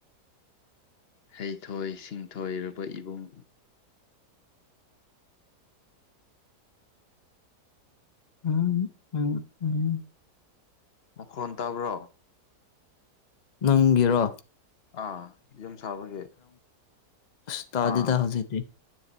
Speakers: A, on the left; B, on the left.
A: ꯍꯩꯊꯣꯏ ꯁꯤꯡꯊꯣꯏꯔꯕ ꯏꯕꯨꯡ
B: ꯎꯝ ꯎꯝ ꯎꯝ
A: ꯃꯈꯣꯟ ꯇꯥꯕ꯭ꯔꯣ
B: ꯅꯪꯒꯤꯔꯣ
A: ꯑꯥ ꯌꯨꯝ ꯁꯥꯕꯒꯤ
B: ꯑ ꯇꯥꯗꯤꯗ
A: ꯑꯥ
B: ꯍꯧꯖꯤꯛꯇꯤ